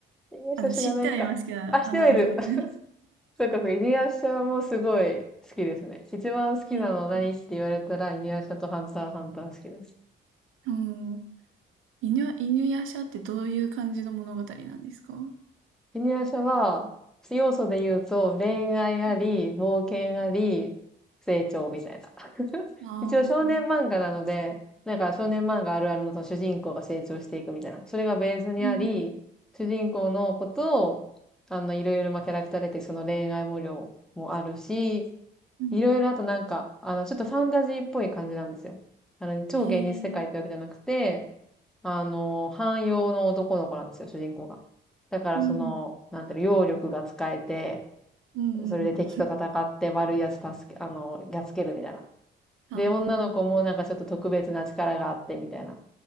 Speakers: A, in the centre; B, on the right.
A: イニアシャ知らないか。
B: あの、知ってはいますけど、あんま見たことない。
A: あ、知ってはいる。<laughs> そうかそうか、イニアシャもすごい好きですね。一番好きなの何って言われたら、
B: えー、
A: イニアシャとハンターハンター好きです。
B: うん。犬や、犬夜叉ってどういう感じの物語なんですか
A: ジニア社は、要素で言うと、恋愛あり、
B: うん
A: 冒険あり、成長みたいな。<laughs>
B: ああ
A: 一応少年漫画なので、なんか少年漫画あるあるのその主人公が成長していくみたいな。それがベースにあり、
B: ー、うん、
A: 主人公のことを、あの、いろいろまあキャラクター出て、その恋愛模様もあるし、
B: うん。
A: いろいろあとなんか、あの、ちょっとファンタジーっぽい感じなんですよ。あの、超現実世界ってわけじゃなくて、
B: えー
A: あの、汎用の男の子なんですよ、主人公が。だからその、
B: うん、
A: なんていうの、揚力が使えて、
B: うん、
A: それで敵と戦って悪いやつ助け、
B: うん。
A: あの、やっつけるみたいな。
B: あ
A: で、女の子もなんかちょっと特別な力があってみたいな。